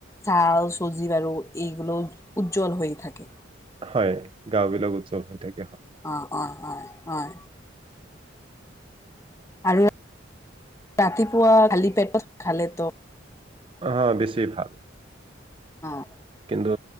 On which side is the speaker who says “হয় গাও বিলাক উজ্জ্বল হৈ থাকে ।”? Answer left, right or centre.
Right